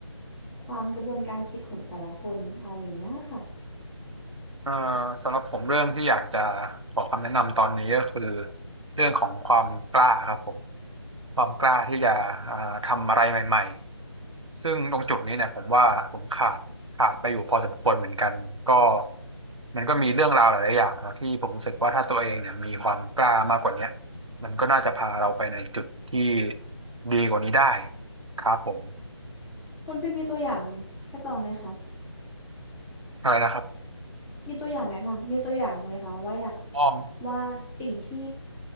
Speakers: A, in the centre; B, on the right.
A: ความกระบวนการคิดของแต่ละคนอะไรอย่างเงี้ยค่ะ
B: เอ่อสำหรับผมเรื่องที่อยากจะขอคำแนะนำตอนนี้ก็คือเรื่องของความกล้าครับผมความกล้าที่จะอ่าทำอะไรใหม่ๆซึ่งตรงจุดนี้เนี่ยผมว่าผมขาดขาดไปอยู่พอสมควรเหมือนกันก็มันก็มีเรื่องราวหลายๆอย่างเนาะที่ผมรู้สึกว่าถ้าตัวเองเนี่ยมีความกล้ามากกว่าเนี้ยมันก็น่าจะพาเราไปในจุดที่ดีกว่านี้ได้ครับผม
A: คุณฟิล์มมีตัวอย่างให้ตองไหมคะ
B: อะไรนะครับ
A: มีตัวอย่างแนะนำมีตัวอย่างไหมคะว่าอยาก
B: อ้อม
A: ว่าสิ่งที่